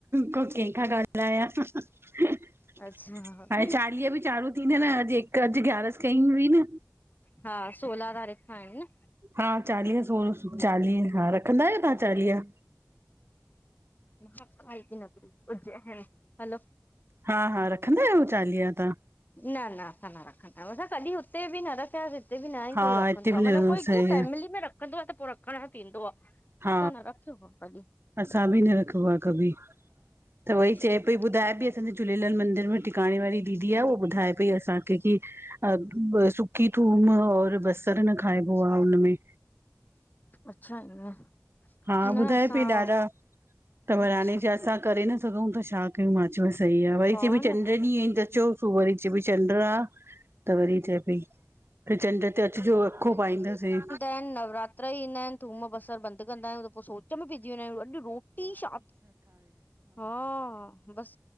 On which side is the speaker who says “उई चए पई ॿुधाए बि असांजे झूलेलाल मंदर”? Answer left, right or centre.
Right